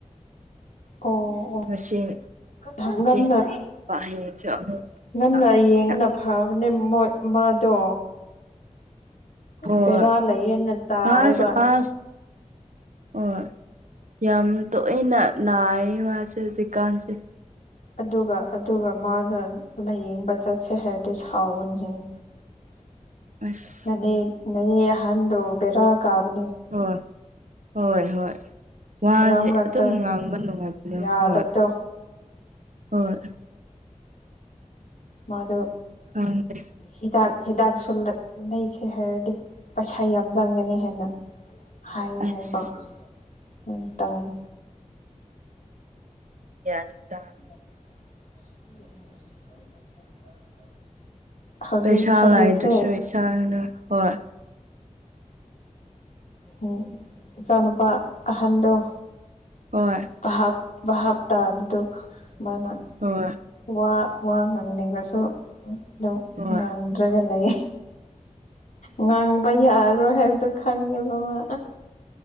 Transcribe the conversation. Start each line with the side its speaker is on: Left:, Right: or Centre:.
Left: ꯑꯣ
Right: ꯃꯁꯤꯡ
Left: ꯑꯣ ꯉꯟꯅ
Right: ꯏꯆꯦ ꯄꯥ ꯍꯌ‌ꯦꯡꯁꯨ ꯑꯃꯨꯛ
Left: ꯉꯟꯅ
Right: ꯂꯥꯛꯀꯅꯤꯅ
Left: ꯌꯦꯡꯕꯅ ꯐꯕꯅꯦ ꯃ‌ꯣꯏ ꯃꯥꯗꯣ
Right: ꯍꯣꯏ
Left: ꯕꯦꯔꯥ ꯂꯩꯌꯦꯅ ꯇꯥꯌꯦꯕ
Right: ꯃꯥꯁꯨ ꯃꯥꯁꯨ ꯍꯣꯏ ꯌꯥꯝ ꯇꯣꯏꯅ ꯅꯥꯏ ꯃꯥꯁꯦ ꯍꯧꯖꯤꯛꯀꯥꯟꯁꯦ
Left: ꯑꯗꯨꯒ ꯑꯗꯨꯒ ꯃꯥ‌ꯒ ꯂꯥꯏꯌꯦꯡꯕ ꯆꯠꯁꯦ ꯍꯥꯏꯔꯗꯤ ꯁꯥꯎꯕꯅꯤꯍ‌ꯦ
Right: <inaudible> <inaudible> ꯑꯁ
Left: ꯅꯅꯦ ꯅꯅꯦ ꯑꯍꯟꯗ ꯕ‌ꯦꯔꯥ ꯀꯥꯕꯅꯦ
Right: ꯍꯣꯏ ꯍꯣꯏ ꯍꯣꯏ ꯋꯥꯁꯦ
Left: ꯃꯔꯛ ꯃꯔꯛꯇ
Right: ꯑꯗꯨꯝ ꯉꯥꯡꯕ ꯅꯨꯡꯉꯥꯏꯕꯅ‌ꯦ
Left: ꯌꯥꯗꯕꯗꯣ
Right: ꯍꯣꯏ ꯍꯣꯏ
Left: ꯃꯥꯗ‌ꯣ
Right: ꯈꯪꯗ‌ꯦ
Left: ꯍꯤꯗꯥꯛ ꯍꯤꯗꯥꯛꯁꯨ ꯂꯩꯁꯦ ꯍꯥꯏꯔꯗꯤ ꯄꯩꯁꯥ ꯌꯥꯝ ꯆꯪꯒꯅꯤ ꯍꯥꯏꯅ ꯍꯥꯏꯌ‌ꯦꯅ
Right: ꯑꯁ
Left: ꯍꯥꯏꯕ ꯑꯃꯥꯏꯅ ꯇꯥꯌ‌ꯦ
Right: ꯒ꯭ꯌꯥꯟ ꯇꯥ
Left: <unintelligible> <unintelligible> <unintelligible> <unintelligible> ꯍꯧꯖꯤꯛ
Right: ꯄꯩꯁꯥ
Left: ꯍꯧꯖꯤꯛꯁꯦ
Right: ꯂꯩꯇ꯭ꯔꯥꯁꯨ ꯏꯁꯥꯅ ꯍꯣꯏ
Left: ꯎꯝ ꯏꯆꯥꯅꯨꯄꯥ ꯑꯍꯟꯗ‌ꯣ
Right: ꯍꯣꯏ
Left: ꯚꯥꯞ ꯚꯥꯞ ꯇꯥꯕꯗꯨ ꯃꯥꯅ
Right: ꯍ‌ꯣꯏ
Left: ꯋꯥ ꯋꯥ ꯉꯥꯡꯅꯤꯡꯕꯁꯨ ꯑꯗꯨꯝ
Right: ꯍꯣꯏ
Left: ꯉꯥꯡꯗ꯭ꯔꯒ ꯂꯩ ꯉꯥꯡꯕ ꯌꯥꯔꯣꯏ ꯍꯥꯏꯕꯗꯣ ꯈꯪꯉꯦꯕꯃꯥ